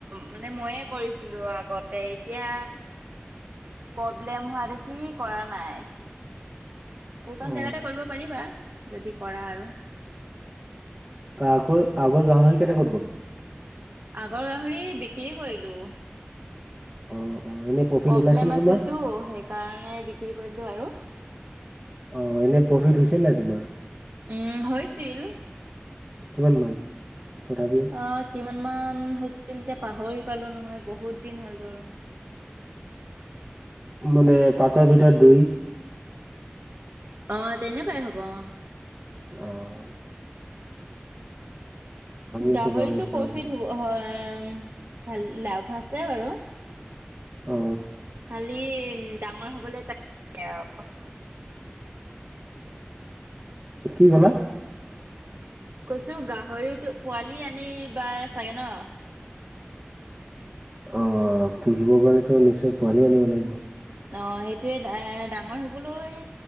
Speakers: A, on the right; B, on the right.
A: মানে ময়ে কৰিছিলো আগতে এতিয়া প্ৰব্লেম হোৱা দেখি কৰা নাই। এইকোন
B: অ
A: জেগাতে কৰিব পাৰিবা। যদি কৰা আৰু?
B: তাকৈ আগৰ গাহৰি কেইট কত গ'ল?
A: আগৰ গাহৰি বিক্ৰী কৰিলো।
B: অ' অ এনে প্ৰফিট
A: প্ৰব্লেম
B: ওলাইছে নে
A: আছিলতো
B: তোমাৰ
A: সেইকাৰণে বিক্ৰী কৰিলো আৰু।
B: অ এনে প্ৰফিট হৈছে নাই তোমাৰ?
A: উম হৈছিল।
B: কিমান মান? তথাপিও
A: অ' কিমান মান হৈছিল এতিয়া পাহৰি পালো নহয় বহুত দিন হৈ গ'ল।
B: মানে পাঁচৰ ভিতৰত দুই?
A: অ তেনেকুৱাই হ'ব অ'
B: আহ আছো
A: গাহৰিতো
B: গাহৰি ফাৰ্ম
A: প্ৰফিট
B: খুলিম
A: হু হ এ ভাল লাভ আছে বাৰু।
B: অ
A: খালি ডাঙৰ হবলৈ বাকী আৰু।
B: কি কলা?
A: কৈছো গাহৰিতো পোৱালি আনিবা চাগে ন?
B: অ পুহিব কাৰণে তো নিশ্চয় পোৱালি আনিব লাগিব!
A: অ সেইটয়ে এ ডাঙৰ হবলৈ